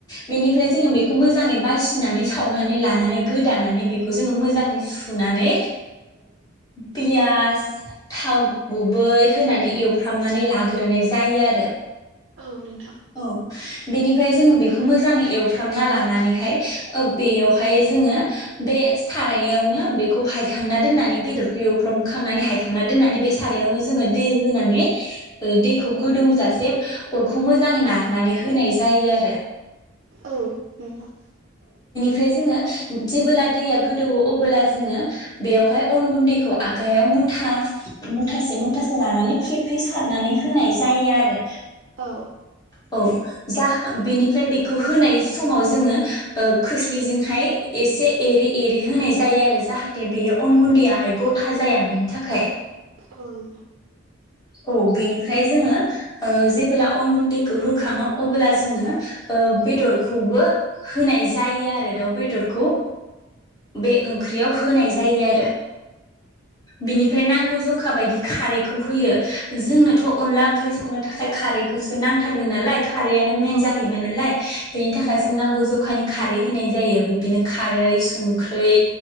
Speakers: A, on the left (about 20°); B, on the right (about 55°).
A: बेनिफ्राय जोङो बेखौ मोजाङै बासिनानै सावनानै लानानै गोदानानै बेखौ जोङो मो जाङै सुनानै पियास थाव गुबै होनानै एवफ्रामनानै लाग्रोनाय जायो आरो
B: औ नोंथां
A: औ बेनि फ्राय जोङो बेखौ मोजाङै एवफ्रामना लानानैहाय ओ बेयावहाय जोङो बे सारायावनो बेखौ हायखांना दोननानै बेदरखौ एवफ्रामखांनानै हायखांना दोननानै बे सारायावनो जोङो दै होनानै ओ दैखौ गोदौजासे अरखौ मोजाङै नारनानै होनाय जायो आरो
B: औ नोंथां।
A: जोंङो जेबोला दैया गो दौवो अबोब्ला जोङो बेयावहाय अन गुन्दैखौ आखाइायाव मुथा मुथासे मुथासे लानानै फ्रि फ्रि सारनानै होनाय जायो आरो
B: औ
A: <inaudible> औ जा बेनिफ्राय बेखौ होनाय समाव जोङो ओ खोस्लिजोंहाय एसे एरै एरै होनाय जायो आरो जाहाथे बेयो अन गुन्दैआहाय गथा जाया बेनि थाखाय।
B: औ नोंथां।
A: औ बेनिफ्राय जोङो ओ जेबोला अन गुन्दैखौ होखाङो अबोला जोङो ओ बेदरखौबो होनाय जायो आरो दाउ बेदरखौ। बे ओंख्रियाव
B: औ
A: होनाय जा जायो आरो बिनिफ्राय नांगौ जखा बायदि खारैखौ <unintelligible> जोंनोथ' अनला ओंख्रि संनो थाखाय खारैखौसो नांथारगोन नालाय खारैआनो मेन
B: औ
A: जाहैबाय
B: नोंथां
A: नालाय बेनि थाखाय जों नांगौ ज अखानि खारै होनाय जायो बिब्दिनो खारै संख्रै